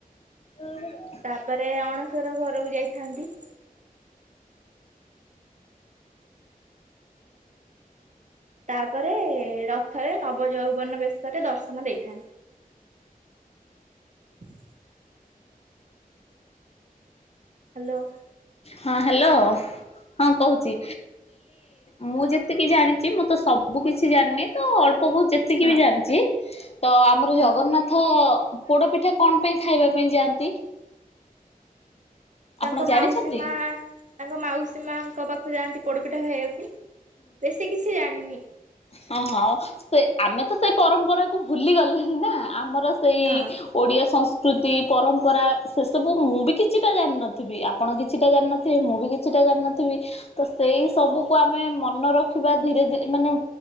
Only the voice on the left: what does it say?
ହଁ। <unintelligible>
ହଁ ହ୍ୟାଲୋ ହଁ କହୁଛି। ମୁଁ ଯେତିକି ଜାଣିଛି ମୁଁ ତ ସବୁ କିଛି ଜାଣିନି ତ ଅଳ୍ପ ବହୁତ ଯେ ଯେତିକି
ବି ଜାଣିଛି ତ ଆମର
ଜଗନ୍ନାଥ। ଜଗନ୍ନାଥ ପୋଡ ପିଠା କଣ ପାଇଁ ଖାଇବା ପାଇଁ ଯାଆନ୍ତି। ଆପଣ
ଜାଣିଛନ୍ତି?
ହ ହଁ ସେ ଆମେ ତ ସେଇ ପରମ୍ପରାକୁୁ ଭୁଲି ଗଲେଣି ନା ଆମର ସେଇ
ଓଡ଼ିଆ ସଂସ୍କୃତି ପରମ୍ପରା ସେସବୁ ମୁଁ ବି କିଛିଟା ଜାଣିନଥିବି ଆପଣ କିଛିଟା ଜାଣିନଥିବେ ମୁଁ ବି କିଛିଟା ଜାଣିନଥିବି। ତ ସେଇ ସବୁକୁ ଆମେ ମନେ ରଖିବା ଧୀରେ ଧୀରେ ମାନେ